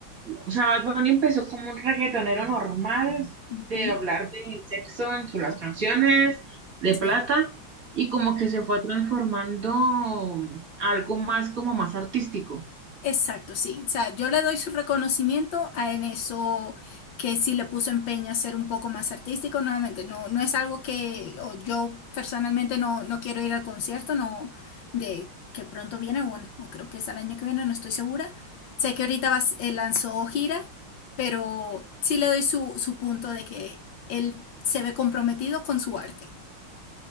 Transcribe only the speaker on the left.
Ujú,
sí.
Exacto, sí. O sea, yo le doy su reconocimiento a en eso que sí le puso empeño a ser un poco más artístico. Nuevamente, no, no es algo que o yo personalmente no, no quiero ir al concierto, no, de que pronto viene, bueno, o creo que es el año que viene, no estoy segura. Sé que ahorita vas- eh, lanzó gira, pero sí le doy su, su punto de que él se ve comprometido con su arte.